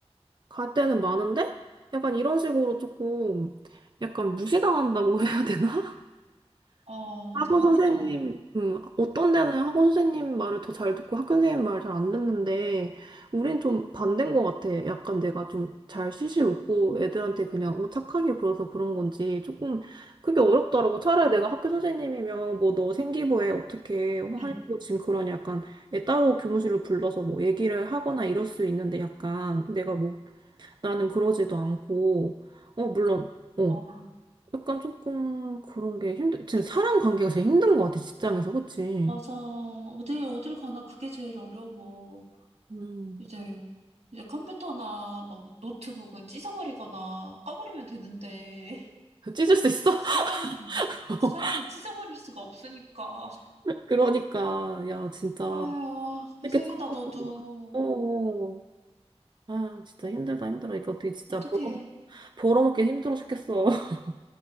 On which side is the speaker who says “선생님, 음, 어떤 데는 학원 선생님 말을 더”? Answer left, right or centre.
Right